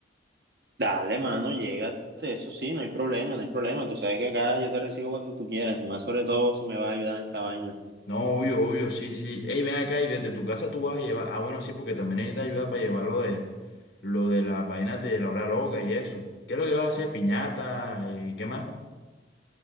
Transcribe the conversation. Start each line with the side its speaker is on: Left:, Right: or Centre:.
Right: Dale, mano, llégate, eso sí, no hay problema, no hay problema. Tú sabes que acá yo te recibo cuando tú quieras, más sobre todo si me va a ayudar en esta vaina.
Left: No, obvio, obvio, sí, sí. Ey, ven acá y desde tu casa tú vas a llevar. Ah, bueno, sí, porque también necesitas ayuda para llevar lo de, lo de las vainas de la hora loca y eso. ¿Qué es lo que vas a hacer? ¿Piñata? ¿Y qué más?